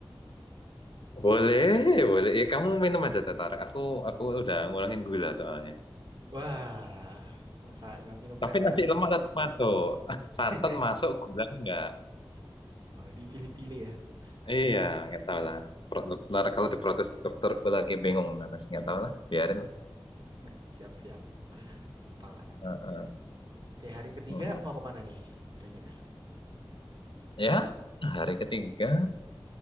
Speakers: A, on the left; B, on the right.
A: Boleh, boleh. Ya, kamu minum aja tetar. Aku aku udah ngurangin gula soalnya.
B: Wah, masa nggak minum
A: Tapi
B: teh tarik?
A: nasi lemak
B: Kuk?
A: tetap masuk. <laughs> Santan
B: <laughs>
A: masuk, gula enggak.
B: Oh, dipilih-pilih ya.
A: Iya,
B: Dim.
A: nggak tahu lah. Pro-
B: Oh.
A: Ntar kalau diprotes dokterku lagi bingung. Nanti nggak tahu lah, biarin lah.
B: <laughs> Siap-siap. Gampang lah nanti.
A: Heeh,
B: Oke, hari ketiga
A: heeh.
B: mau kemana nih? Kira-kira.
A: Ya, hari ketiga